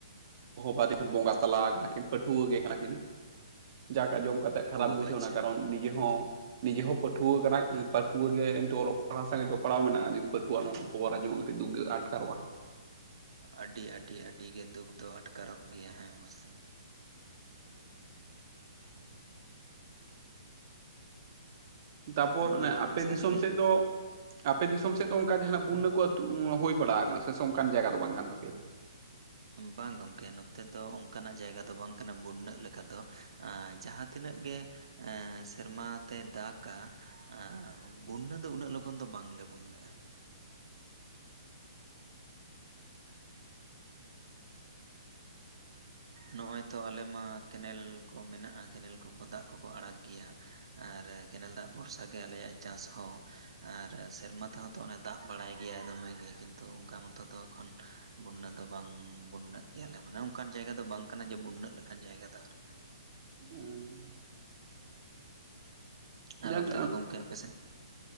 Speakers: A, on the right (about 40°); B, on the right (about 75°).
A: ᱵᱟᱨᱭᱟ ᱵᱚᱸᱜᱟ ᱛᱟᱞᱟ ᱟᱠᱟᱱᱟ ᱠᱤᱱ ᱯᱟᱹᱴᱷᱩᱣᱟᱹ ᱜᱮ ᱠᱟᱱᱟ ᱠᱤᱱ ᱡᱟᱠ ᱟᱡᱚᱢ ᱠᱟᱛᱮᱫ ᱠᱷᱟᱨᱟᱯ
B: ᱳ
A: ᱵᱩᱡᱷᱟᱹᱣᱱᱟ
B: ᱟᱪᱪᱷᱟ
A: ᱠᱟᱨᱚᱱ ᱱᱤᱡᱮ ᱦᱚᱸ ᱱᱤᱡᱮ ᱦᱚᱸ ᱯᱟᱹᱴᱷᱩᱭᱟᱹ ᱠᱟᱱᱟ ᱯᱟᱹᱴᱷᱣᱟᱹ ᱜᱮ ᱱᱤᱛᱚᱜ ᱚᱞᱚᱜ ᱯᱟᱲᱦᱟᱣ ᱥᱟᱣ ᱡᱚᱯᱚᱲᱟᱣ ᱢᱮᱱᱟᱜᱼᱟ ᱡᱩᱫᱤ ᱯᱟᱹᱴᱷᱩᱣᱟᱹ ᱱᱚᱝᱠᱟ ᱠᱷᱚᱵᱚᱨ ᱟᱡᱚᱢᱚᱜ ᱠᱟᱛᱮ ᱫᱩᱠ ᱜᱮ ᱟᱴᱠᱟᱨᱚᱜᱼᱟ ᱾
B: ᱟᱹᱰᱤ ᱟᱹᱰᱤ ᱟᱹᱰᱤᱜᱮ ᱫᱩᱠ ᱫᱚ ᱟᱴᱠᱟᱨᱚᱜ ᱜᱮᱭᱟ ᱦᱮᱸ ᱵᱟᱥᱮ᱾
A: ᱛᱟᱯᱚᱨ
B: ᱟᱫᱚ
A: ᱚᱱᱮ
B: ᱦᱮᱸ
A: ᱟᱯᱮ
B: ᱥᱟᱹᱨᱤᱜᱮ
A: ᱫᱤᱥᱚᱢ ᱥᱮᱫ ᱫᱚ ᱟᱯᱮ ᱫᱤᱥᱚᱢ ᱥᱮᱫ ᱫᱚ ᱚᱝᱠᱟ ᱜᱮ ᱦᱟᱱᱮ ᱵᱩᱱᱱᱟᱹ ᱠᱚ ᱟᱹᱛᱩ ᱦᱳᱭ ᱵᱟᱲᱟ ᱠᱟᱱᱟ ᱥᱮ ᱚᱝᱠᱟᱱ ᱡᱟᱭᱜᱟ ᱫᱚ ᱵᱟᱝ ᱠᱟᱱ ᱛᱟᱯᱮᱭᱟ?
B: ᱵᱟᱝ ᱜᱚᱝᱠᱮ ᱱᱚᱛᱮ ᱫᱚ ᱚᱝᱠᱟᱱᱟᱜ ᱡᱟᱭᱜᱟ ᱫᱚ ᱵᱟᱝ ᱠᱟᱱᱟ ᱵᱩᱱᱱᱟᱹᱜ ᱞᱮᱠᱟ ᱫᱚ ᱡᱟᱦᱟᱸ ᱛᱤᱱᱟᱹᱜ ᱜᱮ ᱮᱸ ᱥᱮᱨᱢᱟ ᱛᱮ ᱫᱟᱠᱟ ᱟᱸ ᱵᱩᱱᱱᱟᱹ ᱫᱚ ᱩᱱᱟᱹᱜ ᱞᱚᱜᱚᱱ ᱫᱚ ᱵᱟᱝᱞᱮ ᱵᱩᱱᱱᱟᱹᱜᱼᱟ᱾ ᱱᱚᱜᱼᱚᱸᱭ ᱛᱚ ᱞᱮᱢᱟ ᱠᱮᱱᱮᱞ ᱠᱚ ᱢᱮᱱᱟᱜᱼᱟ ᱠᱮᱱᱮᱞ ᱠᱚᱠᱚ ᱫᱟᱜ ᱠᱚᱠᱚ ᱟᱲᱟᱜ ᱜᱮᱭᱟ᱾ ᱟᱨ ᱠᱮᱱᱮᱞ ᱫᱟᱜ ᱵᱷᱚᱨᱥᱟ ᱜᱮ ᱟᱞᱮᱭᱟᱜ ᱪᱟᱥ ᱦᱚᱸ᱾ ᱟᱨ ᱥᱮᱨᱢᱟ ᱛᱮᱦᱚᱸ ᱛᱚ ᱚᱱᱟ ᱫᱟᱜ ᱵᱟᱲᱟᱭ ᱜᱮᱭᱟ ᱫᱚᱢᱮ ᱜᱮ ᱠᱤᱱᱛᱩ ᱚᱝᱠᱟ ᱢᱚᱛᱚ ᱫᱚ ᱮᱠᱷᱚᱱ ᱵᱩᱱᱱᱟᱹ ᱫᱚ ᱵᱟᱝ ᱵᱩᱱᱱᱟᱹᱜ ᱜᱮᱭᱟᱞᱮ ᱢᱟᱱᱮ ᱚᱱᱠᱟᱱ ᱡᱟᱭᱜᱟ ᱫᱚ ᱵᱟᱝ ᱠᱟᱱᱟ ᱡᱮ ᱵᱩᱱᱱᱟᱹᱜ ᱞᱮᱠᱟᱱ ᱡᱟᱭᱜᱟ ᱫᱚ ᱟᱨ
A: ᱦᱩᱸ᱾
B: ᱟᱨ
A: ᱡᱟᱠ
B: ᱚᱱᱛᱮ ᱫᱚ ᱜᱚᱝᱠᱮ ᱟᱯᱮᱥᱮᱫ?